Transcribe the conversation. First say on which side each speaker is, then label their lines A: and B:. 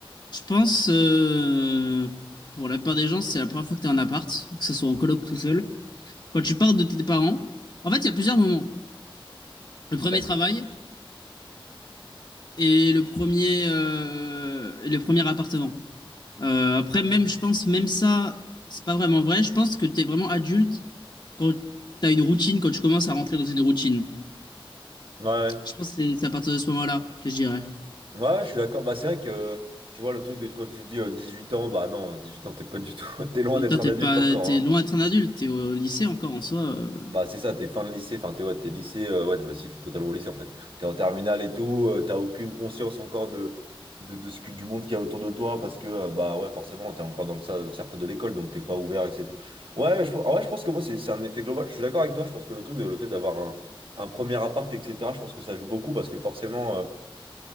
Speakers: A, on the left; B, on the right.
A: je pense, euh, pour la plupart des gens, c'est la première fois que tu as un appart, que ce soit en coloc ou tout seul. Quand tu pars de tes parents, en fait, il y a plusieurs moments. Le premier
B: Ouais,
A: travail et le premier, euh, et le premier appartement. Euh, après, même, je pense, même ça, c'est pas vraiment vrai. Je pense que tu es vraiment adulte quand tu as une routine, quand tu commences à rentrer dans une routine.
B: ouais, ouais,
A: Je pense que c'est c'est à partir de ce moment-là que je dirais.
B: Ouais, je suis d'accord. Bah, c'est vrai que, euh, tu vois, le truc de quand tu dis euh, 18 ans, bah non, 18 ans, t'es pas du tout, <laughs> t'es loin
A: Mais
B: d'être
A: toi, t'es
B: un adulte
A: pas,
B: encore,
A: t'es
B: hein.
A: loin d'être un adulte, t'es au lycée encore en soi. euh.
B: Bah, c'est ça, t'es fin de lycée, enfin, t'es ouais, t'es lycée, euh, ouais, bah si, t'es totalement au lycée en fait. T'es en terminale et tout, euh, t'as aucune conscience encore de, de, de ce que, du monde qu'il y a autour de toi parce que, euh, bah ouais, forcément, t'es encore dans le cer- cercle de l'école donc t'es pas ouvert, etc. Ouais, je, en vrai, je pense que moi, c'est c'est un effet global. Je suis d'accord avec toi, je pense que le truc, de- le fait d'avoir un, un premier appart, etc., je pense que ça joue beaucoup parce que forcément. euh,